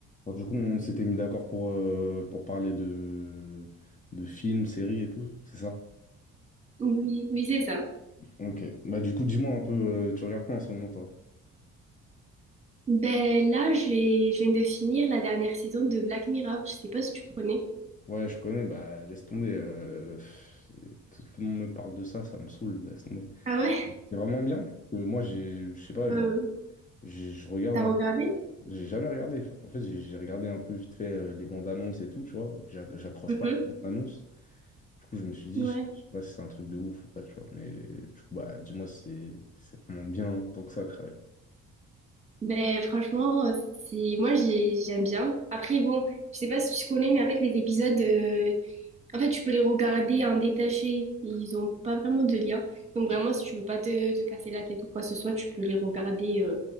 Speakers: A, on the left (about 25°); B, on the right (about 20°).
A: Alors, du coup, on s'était mis d'accord pour, euh, pour parler de, de films, séries et tout, c'est ça?
B: Oui, oui, c'est ça.
A: Ok. Bah, du coup, dis-moi un peu, euh, tu regardes quoi en ce moment, toi?
B: Ben là, j'ai, je viens de finir la dernière saison de Black Mirror. Je sais pas si tu connais.
A: Ouais, je connais, bah, laisse tomber. euh, pff, tout, tout le monde me parle de ça, ça me saoule, laisse tomber.
B: Ah ouais?
A: C'est vraiment bien. Euh, moi, j'ai, je sais pas, genre,
B: Euh,
A: j'ai- je regarde
B: t'as
A: un
B: regardé?
A: J'ai jamais regardé. En fait, j'ai j'ai regardé un peu vite fait euh, les bandes annonces et tout, tu vois. J'ac- J'accroche
B: Mhm.
A: pas aux bandes annonces. Du coup, je me suis dit,
B: Ouais.
A: je je sais pas si c'est un truc de ouf ou pas, tu vois. Mais du coup, bah, dis-moi, si c'est c'est vraiment bien tant que ça, Cry.
B: Ben franchement, euh, c'est moi j'ai j'aime bien. Après bon, je sais pas si tu connais, mais en fait les épisodes, euh, en fait tu peux les regarder en détaché. Ils ont pas vraiment de lien. Donc vraiment, si tu veux pas te, te casser la tête ou quoi que ce soit, tu peux les regarder euh,